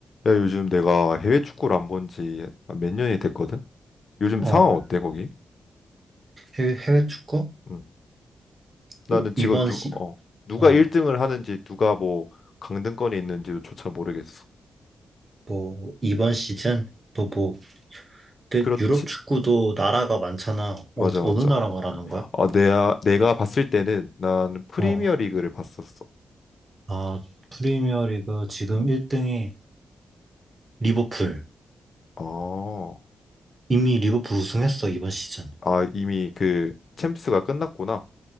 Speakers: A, on the left; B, on the right.
A: 야, 요즘 내가 해외 축구를 안 본지 몇 년이 됐거든? 요즘
B: 어,
A: 상황 어때, 거기?
B: 해외, 해외 축구?
A: 음. 나는
B: 오,
A: 지금
B: 이번
A: 누,
B: 시,
A: 어, 누가
B: 어,
A: 1등을 하는지, 누가 뭐 강등권에 있는지조차 모르겠어.
B: 뭐, 이번 시즌? 또 뭐, 근데
A: 그렇지.
B: 유럽 축구도 나라가 많잖아. 어,
A: 맞아, 맞아.
B: 어느 나라 말하는 거야?
A: 어, 내가, 내가 봤을 때는 난 프리미어
B: 어,
A: 리그를 봤었어.
B: 아, 프리미어 리그 지금
A: 음.
B: 1등이 리버풀.
A: 어,
B: 이미 리버풀 우승했어, 이번 시즌.
A: 아, 아, 이미 그 챔스가 끝났구나.